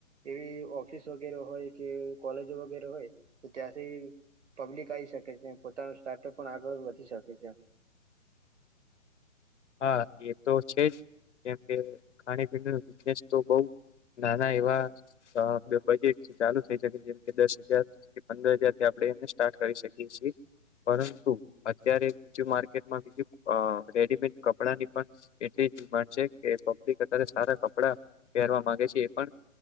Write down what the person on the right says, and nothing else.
એવી ઓફિસ વગેરે હોય કે કોલેજ વગેરે હોય તો ત્યાંથી પબ્લિક આવી શકે છે પોતાનું સ્ટાર્ટઅપ પણ આગળ વધી શકે છે